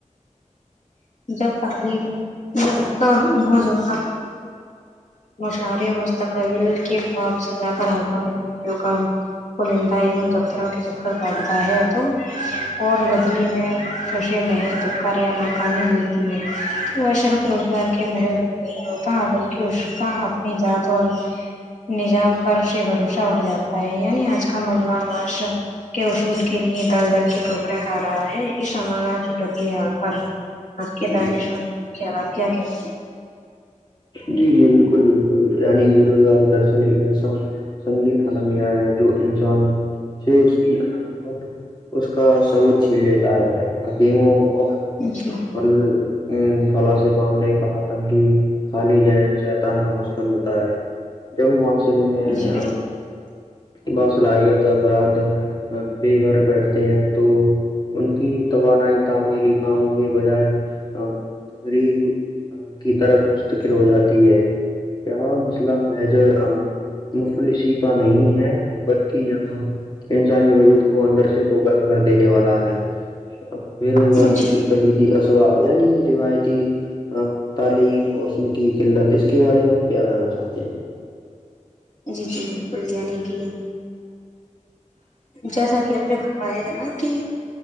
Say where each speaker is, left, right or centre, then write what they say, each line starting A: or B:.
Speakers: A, on the left (about 70°); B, on the left (about 35°).
A: جب تعلیم جب کا وہ زہ <inaudible> مشعرے مستقبل کے خواب سےدا کر حم کا <inaudible> پلندہ ام دتر کے چکر کاٹتا ہے تو اور بدلی میں <inaudible> سشے محج دکاریا ن کانی ملتی <inaudible> وشرف روزگار کے محر نہیں ہوتا بلکہ اس کا اپنی جذات اور <inaudible> نظام پر سے بھروسہ اٹھ جاتا ہے یعنی آج کل نوجوان معاشر <inaudible> کے اصول کے لیے در در کے ٹوکرے کھا رہا ہے اس عمل نہ صورت حال پر آ کے
B: جی
A: دانیش
B: جی
A: کیاا کیا کہ <inaudible>
B: جی جی بالکل بالکل یعنی بے روزگاری درصن ہیسا سنگین آالمیا ہے جو انسان سے اس کی ان اور اس کا سعور چھیل لیتا ہے ایموں اور
A: ہیں جی
B: پل ا فلا سےبام نے کہا تھا کہ <inaudible> خالی جی شیتان کا مسکن ہوتا ہے <inaudible> جب منسری میں
A: جی
B: <inaudible> با صلاحیت افراد بے گھر بیٹھتے ہیں تو ان کی توانائی تعمیری کاموں کے بجائے تقریب کی طرف مستقل ہو جاتی ہے کیا مسئلہ محج مفتلسی کا نہیں ہے بلکہ یہاں انسانی وجود کو اندر سے پکڑا کر دینے والا ہے بے روزگاری
A: بالکل جی
B: کی کلیدی اسباب یعنی روایتی تعلیم ن کی کھیل رہا تھا اس کے بارے میں آپ کیا کہاننا چاہتے ہیں <inaudible>
A: جی جی بالکل یعنی کہ جیسا کہ ہم نے بنوایا ج نا کہ